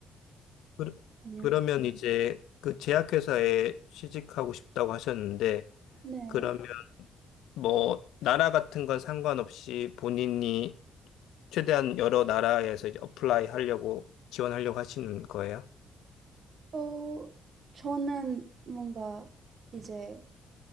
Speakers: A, on the left; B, on the right.
A: 그,
B: 아니요
A: 그러면 이제 그 제약회사에 취직하고 싶다고 하셨는데,
B: 네.
A: 그러면 뭐, 나라 같은 건 상관없이 본인이 최대한 여러 나라에서 이제 어플라이 하려고 지원하려고 하시는 거예요?
B: 어, 저는 뭔가 이제